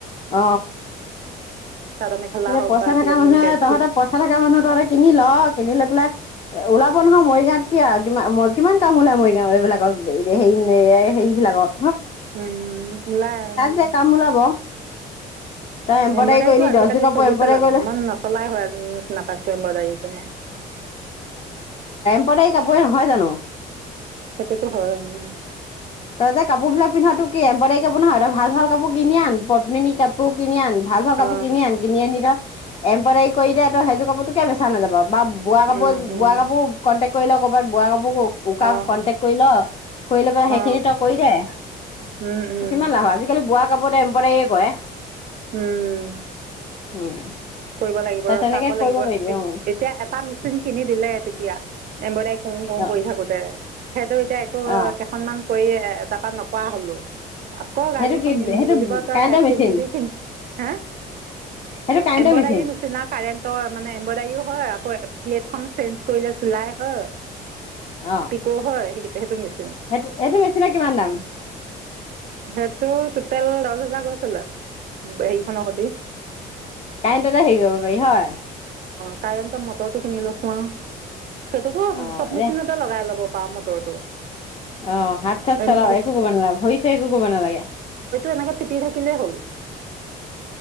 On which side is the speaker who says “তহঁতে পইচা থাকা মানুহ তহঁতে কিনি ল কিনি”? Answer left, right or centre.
Left